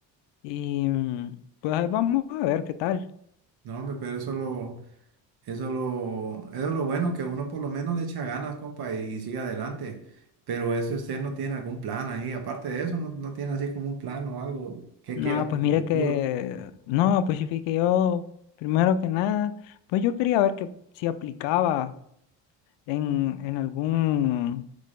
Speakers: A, on the left; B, on the right.
A: Y mm, pues ahí vamos a ver qué tal.
B: No, hombre, pero eso lo, eso lo, eso es lo bueno, que uno por lo menos le echa ganas, compa, y sigue adelante. Pero eso si usted no tiene algún plan ahí. Aparte de eso, no, no tiene así como un plan o algo que
A: No,
B: quiera hacer
A: pues mire
B: en el futuro.
A: que, no, pues sí fui que yo, primero que nada, pues yo quería ver que si aplicaba en, en algún,